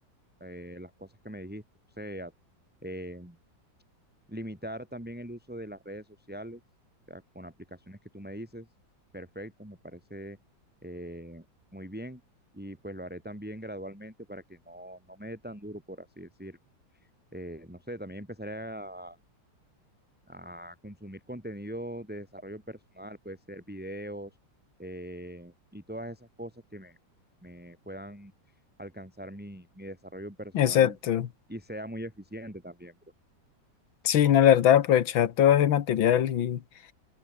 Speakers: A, in the centre; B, on the left.
A: eh, las cosas que me dijiste. O sea, eh, Limitar también el uso de las redes sociales, o sea, con aplicaciones que tú me dices, perfecto, me parece eh, muy bien y pues lo haré también gradualmente para que no, no me dé tan duro, por así decirlo. Eh, no sé, también empezaré a, a consumir contenido de desarrollo personal, puede ser videos eh, y todas esas cosas que me, me puedan alcanzar mi, mi desarrollo personal
B: exacto.
A: y sea muy eficiente también, bro.
B: Sí, no, la verdad, aprovechar todo ese material y